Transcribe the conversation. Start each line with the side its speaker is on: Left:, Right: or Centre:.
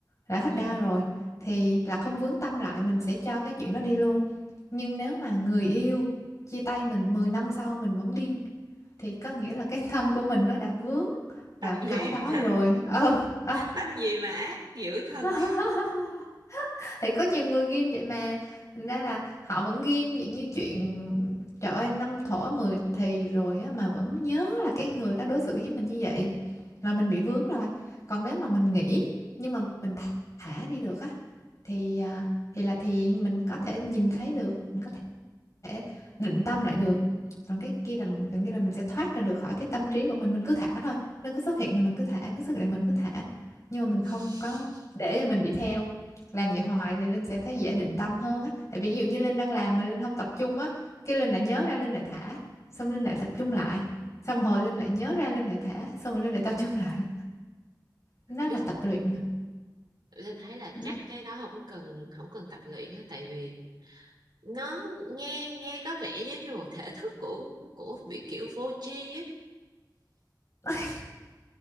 Left: đã hết
Right: Ừ.
Left: đau rồi thì là không vướng tâm lại mình sẽ cho cái chuyện đó đi luôn nhưng nếu mà người yêu chia tay mình 10 năm sau mình vẫn điên thì có nghĩa là cái <laughs> tâm của mình nó đã vướng
Right: Tâm
Left: vào
Right: gì
Left: cái đó
Right: mà
Left: rồi ờ ờ
Right: tâm gì mà ác dữ
Left: <laughs>
Right: thân
Left: thì có nhiều người ghim vậy mà thành ra là họ vẫn ghim vậy như chuyện trời ơi năm thổ mười thì rồi á mà vẫn nhớ là cái người đó đối xử với mình như vậy là mình bị vướng rồi còn nếu mà mình nghĩ nhưng mà mình thả đi được á thì à, thì là thì mình có thể nhìn thấy được mình có thể thể định tâm lại được còn cái kia là gần như là mình sẽ thoát ra được khỏi cái tâm trí của mình mình cứ thả thôi nó cứ xuất hiện là mình cứ thả nó xuất hiện là mình cứ thả nhưng mà mình
Right: <laughs>
Left: không có để cho mình bị theo làm vậy hoài thì Linh sẽ thấy dễ định tâm hơn á tại vì ví dụ như Linh đang làm mà Linh không tập trung á cái Linh lại nhớ ra Linh lại thả xong Linh lại tập trung lại xong hồi Linh lại nhớ ra Linh lại thả xong rồi Linh lại tập trung lại nó là
Right: biết
Left: tập luyện mà
Right: Linh thấy là
Left: Ừ.
Right: chắc cái đó không cần không cần tập luyện á tại vì nó nghe nghe có vẻ giống như một thể thức của của bị kiểu vô tri á
Left: <laughs>